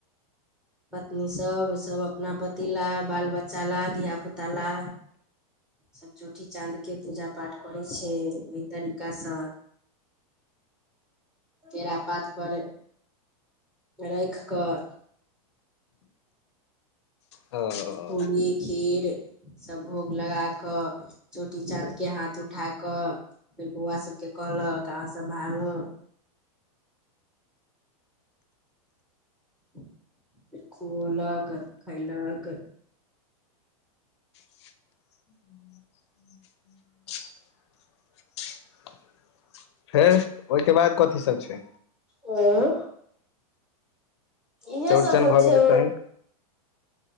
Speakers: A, in the centre; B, on the left (about 45°).
A: पत्नी सभ सभ अपना पति ला बाल बच्चा ला धियापुता ला सभ चौठी चाँदके पूजा पाठ करै छै ओहि तरीकासँ केड़ा पात पर राखि कऽ
B: ओ
A: पूरी खीरसभ भोग लगा कऽ चौठी चाँद के हाथ उठा कऽ फेर बौआ सभके कहलक अहाँसभ भांगू फिर खुऔलक खैलक
B: <inaudible> <inaudible> फेर ओहिके बाद कथी सब छै
A: उंम्म इहे
B: चौड़चन
A: सब होइ
B: भऽ
A: छै
B: गेलै तहन